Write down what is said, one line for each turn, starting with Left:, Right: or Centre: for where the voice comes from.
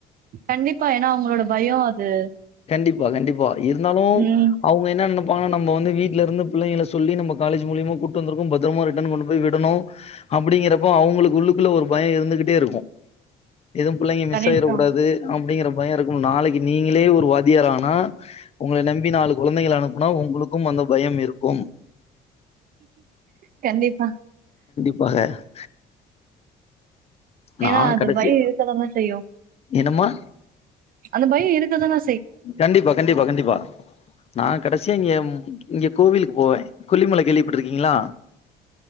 Right: கண்டிப்பா ஏன்னா அவங்களோட பயோ அது
Left: கண்டிப்பா கண்டிப்பா இருந்தாலு
Right: உம்
Left: அவுங்க என்ன நெனப் பாங்க நம்ப வந்து வீட்டுலருந்து பிள்ளைங்கள சொல்லி நம்ம காலேஜ் மூலியமா கூட்டு வந்துருக்கோ பத்ரமா ரிட்டன் கொண்டு போய் விடணு அப்டிங்கிறப்ப அவ்ங்களுக்கு உள்ளுக்குள்ள ஒரு பயோ இருந்துகிட்டேருக்கு எதுவு பிள்ளைங்க மிஸ்
Right: கரெக்ட்
Left: ஆயிற
Right: தான்
Left: கூடாது அப்டிங்கிற பயோ இருக்கு நாளைக்கு நீங்களே ஒரு வாதியார் ஆனா உங்கள நம்பி நாலு கொழந்தைகள அனுப்புனா உங்களுக்கு அந்த பயம் இருக்கு
Right: கண்டிப்பா
Left: வக
Right: ஏன்னா
Left: நா
Right: அது
Left: கடசியா
Right: பயம் இருக்கதானே செய்யும்
Left: என்ன மா
Right: அந்த பயொ இருக்கதானா
Left: கண்டிப்பா கண்டிப்பா கண்டிப்பா நா கடசியா இங்கே இங்க கோவிலுக்கு போவே கொல்லிமல கேள்விப்பட்டுருக்கீங்ளா